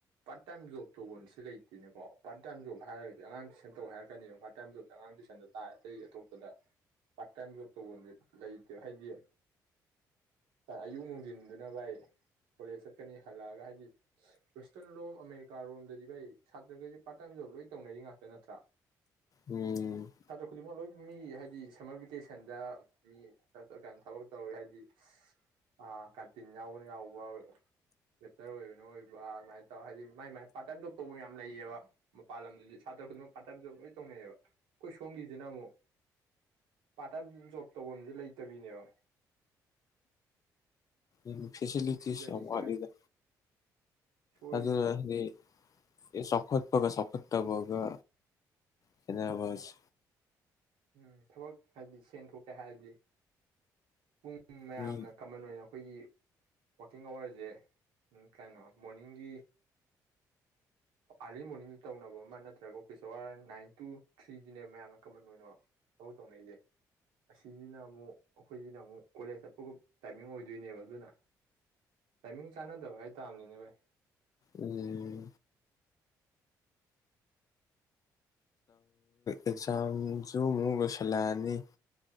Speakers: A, on the right; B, on the left.
A: ꯄꯥꯔꯠ ꯇꯥꯏꯝ ꯖꯣꯕ ꯇꯧꯐꯝꯁꯤ ꯂꯩꯇꯦꯅꯀꯣ ꯄꯥꯔꯠ ꯇꯥꯏꯝ ꯖꯣꯕ ꯍꯥꯏꯔꯒꯗꯤ ꯑꯉꯥꯡ ꯇꯨꯏꯁꯟ ꯇꯧ ꯍꯥꯏꯔꯛꯀꯅꯦꯕ ꯄꯥꯔꯠ ꯇꯥꯏꯝ ꯖꯣꯕꯁ ꯑꯉꯥꯡ ꯇꯨꯏꯁꯟꯗ ꯇꯥꯏ ꯑꯇꯩ ꯑꯇꯣꯞꯄꯗ ꯄꯥꯔꯠ ꯇꯥꯏꯝ ꯖꯣꯕ ꯇꯧꯐꯝꯁꯦ ꯂꯩꯇꯦꯕ ꯍꯥꯏꯗꯤ ꯑꯌꯨꯛ ꯅꯨꯡꯁꯤꯟꯗꯨꯅ ꯚꯥꯏ ꯀꯣꯂꯦꯖ ꯆꯠꯀꯅꯤ ꯍꯜꯂꯛꯑꯒ ꯍꯥꯏꯗꯤ ꯋꯦꯁꯇꯔꯟ ꯂꯣꯝ ꯑꯃꯦꯔꯤꯀꯥꯔꯣꯝꯗꯗꯤ ꯚꯥꯏ ꯁꯥꯇ꯭ꯔꯈꯩꯁꯦ ꯄꯥꯔꯠ ꯇꯥꯏꯝ ꯖꯣꯕ ꯂꯣꯏꯅ ꯇꯧꯅꯔꯤ ꯉꯥꯛꯇ ꯅꯠꯇ꯭ꯔꯥ꯫
B: ꯎꯝ
A: ꯁꯥꯇ꯭ꯔ ꯈꯨꯗꯤꯡꯃꯛ ꯂꯣꯏ ꯃꯤ ꯍꯥꯏꯗꯤ ꯁꯝꯃꯔ ꯚꯦꯀꯦꯁꯟꯗ ꯃꯤ ꯀ ꯊꯕꯛ ꯇꯧꯔꯤ ꯍꯥꯏꯗꯤ ꯑꯥ ꯀꯥꯟꯇꯤꯟ ꯌꯥꯎꯕꯅ ꯌꯥꯎꯕ ꯋꯦꯇꯔ ꯑꯣꯏꯕꯅ ꯑꯣꯏꯕ ꯑꯗꯨꯃꯥꯏꯅ ꯇꯧꯔꯒ ꯍꯥꯏꯗꯤ ꯃꯥꯏ ꯃꯥꯏ ꯄꯥꯔꯠ ꯇꯥꯏꯝ ꯖꯣꯕ ꯇꯧꯕ ꯌꯥꯝ ꯂꯩꯌꯦꯕ ꯃꯄꯥꯟ ꯂꯝꯗꯗꯤ ꯁꯥꯇ꯭ꯔ ꯈꯨꯗꯤꯡꯃꯛ ꯄꯥꯔꯠ ꯇꯥꯏꯝ ꯖꯣꯕ ꯂꯣꯏ ꯇꯧꯅꯩꯌꯦꯕ ꯑꯩꯈꯣꯏ ꯁꯣꯝꯒꯤꯁꯤꯅ ꯑꯃꯨꯛ ꯄꯥꯔꯠ ꯇꯥꯏꯝ ꯖꯣꯕ ꯇꯧꯕꯝꯁꯦ ꯂꯩꯇꯕꯤꯅꯦꯕ
B: ꯎꯝ ꯐꯦꯁꯤꯂꯤꯇꯤꯁ
A: ꯃꯁꯤꯗꯅꯤꯁꯦ
B: ꯌꯥꯝ ꯋꯥꯠꯂꯤꯗ
A: ꯚꯥꯏ ꯁꯣꯏꯔꯤꯁꯦ
B: ꯑꯗꯨꯅ ꯍꯥꯏꯗꯤ ꯆꯥꯎꯈꯠ ꯄꯒ ꯆꯥꯎꯈꯠꯇꯕꯒ ꯈꯦꯠꯅꯕꯑꯁꯦ
A: ꯎꯝ ꯊꯕꯛ ꯍꯥꯏꯗꯤ ꯁꯦꯟ ꯊꯣꯛꯀꯦ ꯍꯥꯏꯔꯗꯤ ꯄꯨꯡ ꯎꯝ ꯃꯌꯥꯝꯅ
B: ꯃꯤ
A: ꯀꯃꯟ ꯑꯣꯏꯅ ꯑꯩꯈꯣꯏꯒꯤ ꯋꯥꯀꯤꯡ ꯑꯋꯥꯔꯁꯦ ꯀꯩꯅꯣ ꯃꯣꯔꯅꯤꯡꯒꯤ ꯑꯥꯔꯂꯤ ꯃꯣꯔꯅꯤꯡꯗ ꯇꯧꯅꯕ ꯑꯃ ꯅꯠꯇ꯭ꯔꯒ ꯑꯣꯐꯤꯁ ꯑꯋꯥꯔ ꯅꯥꯏꯟ ꯇꯨ ꯊ꯭ꯔꯤꯁꯤꯅꯦꯕ ꯃꯌꯥꯝꯅ ꯀꯃꯟ ꯑꯣꯏꯅ ꯊꯕꯛ ꯇꯧꯅꯩꯁꯦ ꯑꯁꯤꯁꯤꯅ ꯑꯃꯨꯛ ꯑꯈꯣꯏꯁꯤꯅ ꯑꯃꯨꯛ ꯀꯣꯂꯦꯖ ꯆꯠꯄꯒꯤ ꯇꯥꯏꯃꯤꯡ ꯑꯣꯏꯗꯣꯏꯅꯦꯕ ꯑꯗꯨꯅ ꯇꯥꯏꯃꯤꯡ ꯆꯥꯟꯅꯗꯕ ꯍꯥꯏꯇꯥꯥꯕꯅꯤꯅꯦ ꯚꯥꯏ
B: ꯎꯝ ꯑꯦꯛꯖꯥꯝꯁꯨ ꯑꯃꯨꯛ ꯂꯣꯏꯁꯤꯜꯂꯛꯑꯅꯤ